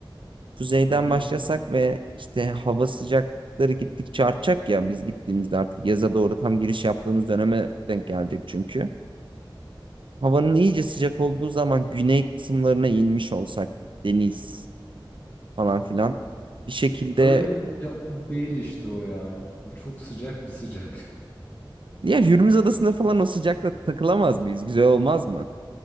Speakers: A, on the right; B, on the left.
A: kuzeyden
B: Hı hı.
A: başlasak ve işte hava sıcakları gittikçe artacak ya biz gittiğimizde artık yaza doğru tam giriş yaptığımız döneme denk gelecek çünkü. Havanın iyice sıcak olduğu zaman güney kısımlarına inmiş olsak deniz falan filan bir şekilde
B: Öyle bir sıcaklık değil işte o ya. O çok sıcak bir sıcak.
A: ya Hürmüz Adası'nda falan o sıcakta takılamaz mıyız? Güzel olmaz mı?